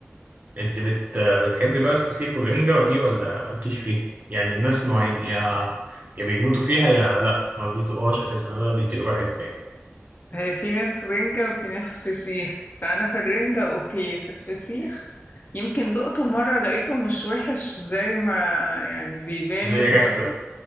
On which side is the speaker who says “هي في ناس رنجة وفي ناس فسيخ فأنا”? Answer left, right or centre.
Left